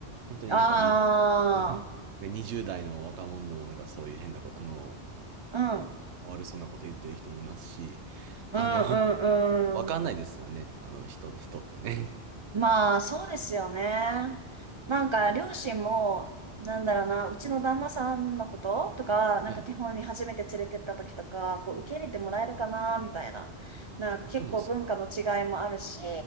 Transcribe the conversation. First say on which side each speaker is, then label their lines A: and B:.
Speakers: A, on the right; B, on the right.
A: 本当になんかに、
B: あ
A: <laughs> 20代の若者でもなんかそういう変なこと、あの、
B: あ、うん、
A: 悪そうなこと言ってる人もいますし、あの、
B: うん、
A: わかんないですよね。
B: うん、うん。
A: あの人、人ってね。
B: まあ、そうですよね。なんか、両親も、なんだろうな、うちの旦那さんのこととか、なんか日本に初めて連れてった時とか、
A: はい。
B: こう、受け入れてもらえるかな、みたいな。なんか結構文化の違いもあるし、
A: そうですか。ね